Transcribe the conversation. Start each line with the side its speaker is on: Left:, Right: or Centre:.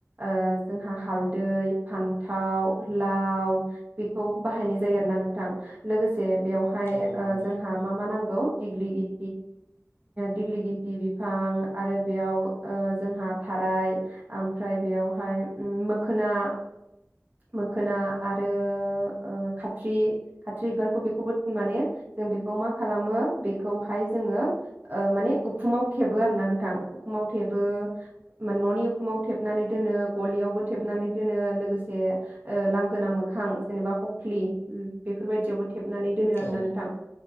Right: ओ जोंहा हालदै फान्थाव, लाव बेखौ बाहायनाय जायो आरोना नोंथां। लोगोस जे बेवहाय
Left: औ
Right: ओ
Left: नंगौ नोंथां
Right: जोंहा मा मा नांगौ दिग्लि गित दिग्लि गिथि बिफां आरो बेयाव ओ जोंहा थाराय ओमफ्राय बेयावहाय उम मोखोना मोखोना आरो ओ खाथ्रि खाथ्रि बिबारखौ बेखौबो माने जों बेखौ मा खालामो बेखौहाय जोङो ओ माने उखुमाव थेबो आरो ना नोंथां उखुमाव थेबो न'नि उखुमाव थेबनानै दोनो गलियावबो थेबनानै दोनो लोगो से ओ लांगोना मोखां जेनेबा खखलि बेफोरबायदियावबो थेब नानै दोनो आरो
Left: औ
Right: ना नोंथां